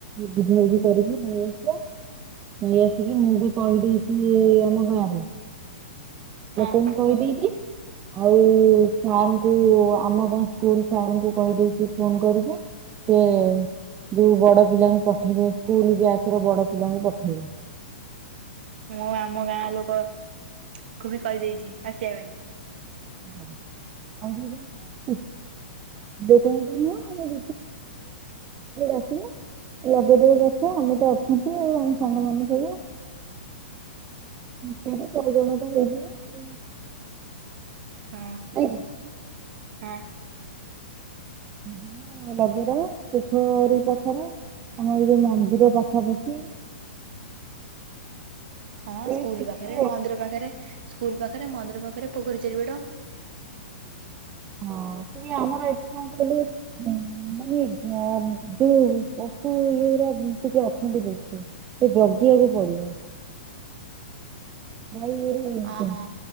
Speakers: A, on the right; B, on the right.
A: ବୁଝାବୁଝି କରିକି ନେଇଆସିବା। ନେଇ ଆସିକି ମୁଁ ବି କହିଦେଇଛି ଆମ ଗାଁରେ।
B: ହଁ
A: ଲୋକଙ୍କୁ କହିଦେଇଛି। ଆଉ ସାର୍ ଙ୍କୁ ଆମ ଗାଁ ସ୍କୁଲ ସାର୍ ଙ୍କୁ କହିଦେଇଛି ଫୋନ କରିକି। ସେ ଯୋଉ ବଡ ପିଲାଙ୍କୁ ପଠେଇବେ ସ୍କୁଲ ବ୍ୟାଚର ବଡ ପିଲାଙ୍କୁ ପଠେଇବେ। <inaudible>
B: ମୁଁ ଆମ ଗାଁ ଲୋକ ଙ୍କୁବି କହିଦେଇଛି ଆସିବା ପାଇଁ।
A: <unintelligible> <unintelligible> ଶହେ ଜଣଙ୍କ ଭିତରେ ଆସିବା। ଲଗେଇଦବ ଦେଖ ଆମେ ତ ଅଛନ୍ତି ଆଉ ଆମ ସାଙ୍ଗ ମାନେ ସବୁ ତିନି ଚାରି ଜଣରେ ହେଇଯିବ।
B: ହଁ।
A: କାହିଁକି?
B: ହଁ
A: <inaudible> ଲଗିପାରେ ପୋଖରୀ ପାଖର ଆଉ ଯୋଉ ମନ୍ଦିର ପାଖାପାଖି।
B: ହଁ ସ୍କୁଲ
A: ଏଇଠି ଟିକେ
B: ପାଖେରେ ମନ୍ଦିର ପାଖେରେ ସ୍କୁଲ ପାଖେରେ ମନ୍ଦିର ପାଖେରେ ପୋଖରୀ ଚାରିପଟ।
A: ହଁ। ସେ ଆମର ଏଠି କଣ କହିଲୁ ମାନେ ଯୋଉ ପଶୁ ଟିକେ ଅଛନ୍ତି ବେଶ ସେ ଜଗିବାକୁ ପଡିବ। ଗାଈଗୋରୁ
B: ହଁ ହଁ